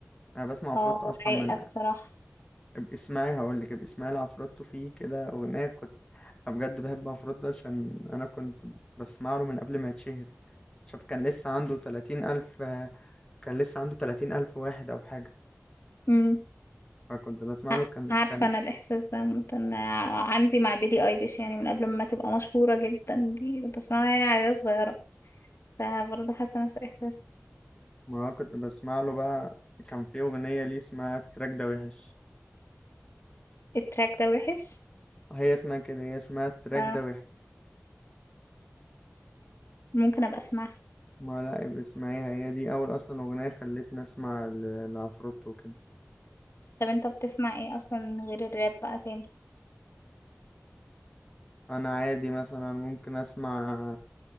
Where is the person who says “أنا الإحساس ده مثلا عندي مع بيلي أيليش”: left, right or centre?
Left